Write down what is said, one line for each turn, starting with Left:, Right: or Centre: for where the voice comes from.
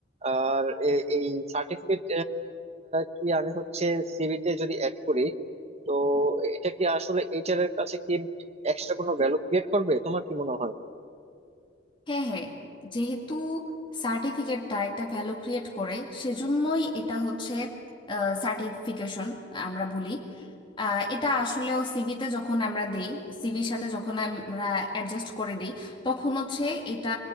Right: আর এ- এই সার্টিফিকেট কি আমি হচ্ছে সিভিতে যদি অ্যাড করি তো এটা কি আসলে এইচআর এর কাছে কি এক্সট্রা কোনো ভ্যালু ক্রিয়েট করবে তোমার কি মনে হয়
Left: হ্যাঁ হ্যাঁ যেহেতু সার্টিফিকেটটা একটা ভ্যালু ক্রিয়েট করে সেজন্যই এটা হচ্ছে সার্টিফিকেশন আমরা বলি আহ, এটা আসলেও সিভিতে যখন আমরা দেই সিভির সাথে যখন আমরা অ্যাডজাস্ট করে দিই তখন হচ্ছে এটা